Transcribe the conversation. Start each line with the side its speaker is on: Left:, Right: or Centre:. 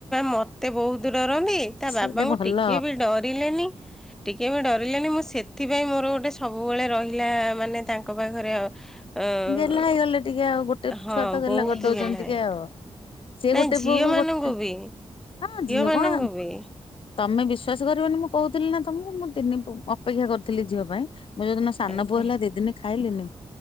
Centre: ମତେ ବହୁତ ଡରନ୍ତି। ତା
Left: ସେଇଟା
Centre: ବାବାଙ୍କୁ
Left: ଭଲ।
Centre: ଟିକେ ବି ଡରିଲେନି ଟିକେ ବି ଡରିଲେନି ମୁଁ ସେଥିପାଇଁ ମୋର ଗୋଟେ ସବୁବେଳେ ରହିଲା ମାନେ ତାଙ୍କ ପାଖରେ ଅ
Left: ଗେହ୍ଲା ହେଇଗଲେ ଟିକେ ଆଉ ଗୋଟେ
Centre: ହଁ
Left: ଛୁଆ ତ ଗେଲ୍ହା
Centre: ବହୁତ
Left: କରିଦୋଉଛନ୍ତି
Centre: ଗେହ୍ଲା
Left: ଟିକେ
Centre: ହେ
Left: ଆଉ। ସିଏ
Centre: ନାଇଁ
Left: ଗୋଟେ
Centre: ଝିଅ
Left: ପୁଅକୁ
Centre: ମାନଙ୍କୁ
Left: ଗୋଟେ
Centre: ବି
Left: ହଁ ଝିଅ
Centre: ମାନଙ୍କୁ
Left: କଣ
Centre: ବି
Left: ତମେ ବିଶ୍ଵାସ କରିବନି ମୁଁ କହୁଥିଲି ନା ତମକୁ ମୁଁ ତିନି ପୁ ଅପେକ୍ଷା କରିଥିଲି ଝିଅ ପାଇଁ। ମୁଁ ଯୋଉଦିନ ସାନ
Centre: ଆଜ୍ଞା
Left: ପୁଅ ହେଲା ଦି ଦିନ ଖାଇଲିନି